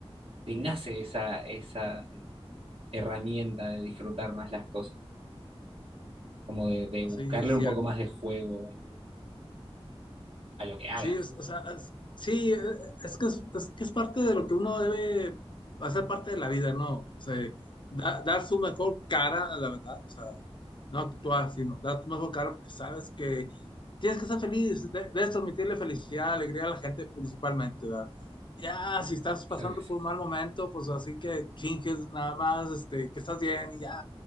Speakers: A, on the right; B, on the left.
A: te nace esa, esa herramienta de disfrutar más las cosas, como de, de
B: no,
A: buscarle
B: sí, es
A: un
B: cierto.
A: poco más de juego al- a lo que hagas.
B: Sí, o, o sea, es- sí, eh, es que es, es que es parte de lo que uno debe hacer parte de la vida, ¿no? O sea, da- dar su mejor cara, la verdad, o sea, no actuar, sino dar tu mejor cara porque sabes que tienes que ser feliz, de- debes transmitirle felicidad, alegría a la gente principalmente, ¿verdad? Ya, si estás
A: Claro
B: pasando
A: que sí,
B: por un mal momento, pues así que finges nada más, este, que estás bien y ya,